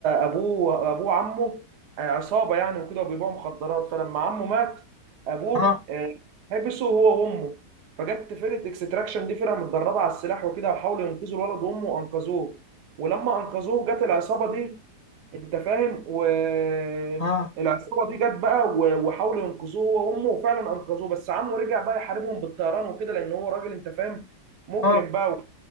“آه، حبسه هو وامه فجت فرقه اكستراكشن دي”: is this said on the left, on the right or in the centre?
Right